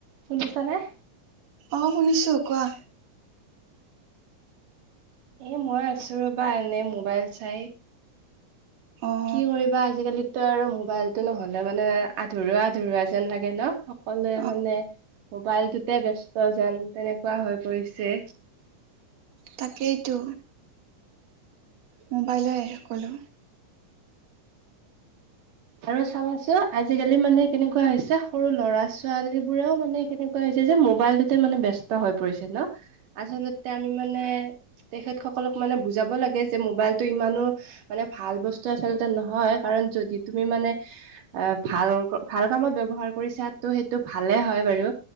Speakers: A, on the right; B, on the right.
A: শুনিছানে
B: অঁ শুনিছোঁ কোৱা
A: এ মই আছো ৰবা, এনে মোবাইল চাই।
B: অ।
A: কি কৰিবা আজিকালিতো আৰু মোবাইলতটো নহ'লে মানে, আধৰুৱা-আধৰুৱা যেন লাগে ন'। সকলোৱে
B: অ
A: মানে, মোবাইলটোতে ব্যস্ত যেন, তেনেকুৱা হৈ পৰিছে।
B: তাকেইতো। মোবাইলেই সকলো।
A: আৰু চাবাচোন, আজিকালি মানে কেনেকুৱা হৈছে, সৰু ল'ৰা ছোৱালী বোৰেও মানে, কেনেকুৱা হৈছে যে, মোবাইলটোতে মানে ব্যস্ত হৈ পৰিছে ন'। আচলতে আমি মানে তেখেতসকলক মানে বুজাব লাগে যে, মোবাইলতটো ইমানো মানে, ভাল বস্তু আচলতে নহয়। কাৰণ, যদি তুমি মানে এ ভাল-ভাল কামত ব্যৱহাৰ কৰিছা, সেইটো ভালে হয় বাৰু।